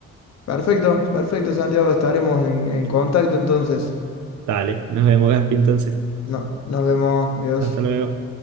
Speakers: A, on the left (about 60°); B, on the right (about 75°).
A: Perfecto, perfecto, Santiago, estaremos en, en contacto entonces.
B: Dale, nos vemos, Gaspi, entonces.
A: No, nos vemos, adiós.
B: Hasta luego.